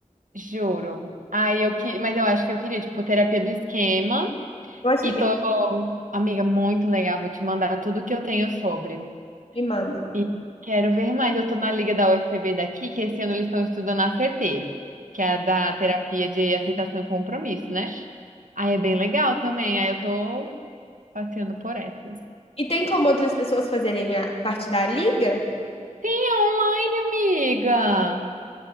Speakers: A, on the right (about 80°); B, on the left (about 50°).
A: Juro. Aí eu que, mas eu acho que eu queria, tipo, terapia do esquema.
B: Eu achei
A: E
B: bem.
A: tô, amiga, muito legal. Vou te mandar tudo que eu tenho sobre.
B: Me manda.
A: E quero ver mais. Eu tô na liga da UFPB daqui, que esse ano eles estão estudando a CT, que é a da terapia de aceitação e compromisso, né? Aí é bem legal também. Aí eu tô passeando por essas.
B: E tem como outras pessoas fazerem a parte da liga?
A: Sim, online, amiga.